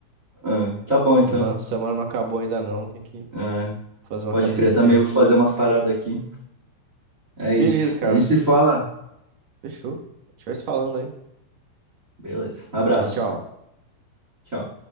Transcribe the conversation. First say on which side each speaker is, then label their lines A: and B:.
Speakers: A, on the right; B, on the right.
A: Ah, tá bom então.
B: semana, semana não acabou ainda não. Tem que
A: É,
B: fazer uma
A: Pode
B: academia
A: crer, também
B: ainda.
A: vou fazer umas paradas aqui. É
B: Beleza,
A: isso.
B: cara.
A: A gente se fala.
B: Fechou. A gente vai se falando, hein?
A: Beleza. Abraço.
B: Tchau, tchau.
A: Tchau.